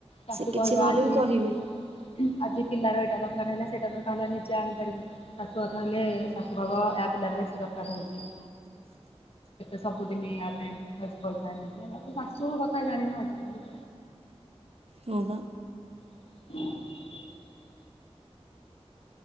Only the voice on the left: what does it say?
ଶାଶୁ
କହିବ
ଆଜି
ଆଜି ପିଲାର ଏଇଟା ଦରକାର ହେଲା ସେଇଟା ଦରକାର ହେଲା ନିଜେ ଆଣି ପାରିବୁ, ଶାଶୁଘର ରହିଲେ ଶାଶୁ କହିବ ୟା ପିଲାର ବେଶୀ ଦରକାର। କାର ହଉଚି।
ସବୁଦିନ ଆ ପାଇଁ ପଇସା <unintelligible> ଶାଶୁ କଥା ଜାଣିନୁ ଆଜି କାଲି।
<inaudible>